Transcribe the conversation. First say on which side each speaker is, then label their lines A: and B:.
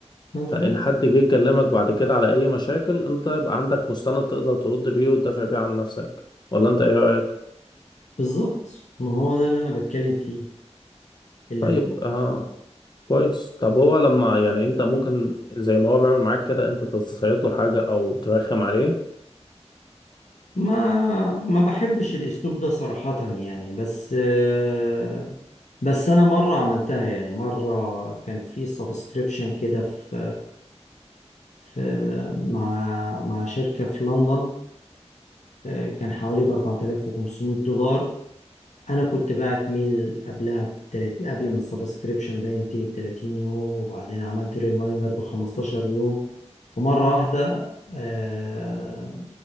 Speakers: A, on the left; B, on the left.
A: مظبوط
B: فان حد جه يكلمك بعد كده على اي مشاكل انت يبقى عندك مستند تقدر ترد بيه وتدافع بيه عن نفسك ولا انت ايه رأيك
A: بالظبط ما هو ده اللي انا بتكلم فيه اللي
B: طيب
A: هو
B: آه كويس طب هو لما يعني انت ممكن زي ما هو بيعمل معاك كده انت تصيد له حاجة او ترخم عليه
A: ما ما بحبش الاسلوب ده صراحة يعني بس آه، بس انا مرة عملتها يعني مرة كان في سبسكريبشن كده في في مع مع شركة في لندن آه، كان حوالي ب 4500 دولار انا كنت بعت ميل قبلها بتلاتين قبل ما السبسكريبشن ده ينتهي ب 30 يوم وبعدين عملت ريمايندر ب 15 يوم ومره واحده آه